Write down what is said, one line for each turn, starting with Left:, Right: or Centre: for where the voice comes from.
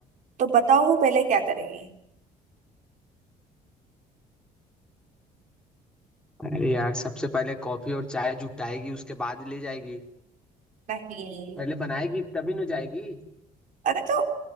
Right: तो बताओ वो पहले क्या करेगी
Centre: अरे यार सबसे पहले कॉफी और चाय जुटाएगी उसके बाद ले जाएगी
Right: नहीं
Centre: पहले बनाएगी तभी न जाएगी
Right: अरे तो